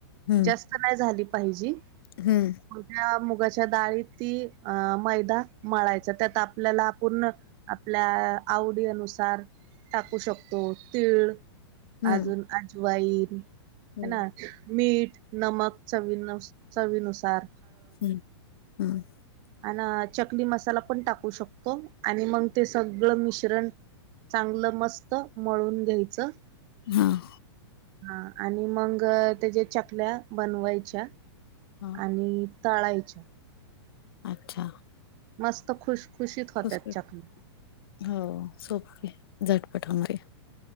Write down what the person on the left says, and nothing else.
हं
हं...
हं
हं
हम्म. हम्.
हां.
हां
अच्छा.
खुसखुशीत
हो. सोपेय झटपट होणारी.